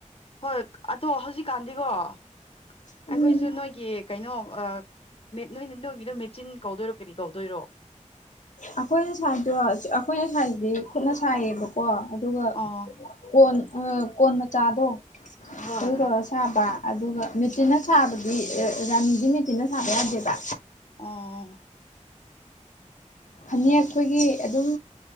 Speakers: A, on the left (about 45°); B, on the left (about 70°).
A: ꯍꯣꯏ ꯑꯗꯣ ꯍꯧꯖꯤꯛꯀꯥꯟꯗꯤꯀꯣ ꯑꯩꯈꯣꯏꯁꯨ
B: ꯎꯝ
A: ꯅꯣꯏꯒꯤ ꯀꯩꯅꯣ ꯑꯥ ꯃꯦꯠ ꯅꯣꯏꯅ ꯅꯣꯏꯒꯤꯗꯣ ꯃꯦꯆꯤꯟ ꯀꯧꯗꯣꯏꯔꯣ ꯀꯔꯤ ꯀꯧꯗꯣꯏꯔꯣ
B: ꯑꯩꯈꯣꯏꯅ ꯁꯥꯏꯖꯗꯣ ꯑꯩꯈꯣꯏꯅ ꯁꯥꯏꯖꯤ ꯈꯨꯠꯅ ꯁꯥꯏꯌꯦꯕꯀꯣ ꯑꯗꯨꯒ
A: ꯑꯣ
B: ꯀꯣꯟ ꯑꯥ ꯀꯣꯟ ꯃꯆꯥꯗꯣ
A: ꯍꯣꯏ
B: ꯑꯗꯨ ꯇꯧꯔ ꯁꯥꯕ ꯑꯗꯨꯒ ꯃꯦꯆꯤꯟꯅ ꯁꯥꯕꯗꯤ ꯔꯥꯅꯤꯗꯤ ꯃꯦꯆꯤꯟꯅ ꯁꯥꯕ ꯌꯥꯗꯦꯕ
A: ꯑꯣ
B: ꯐꯅꯦꯛ ꯑꯩꯈꯣꯏꯒꯤ ꯑꯗꯨꯝ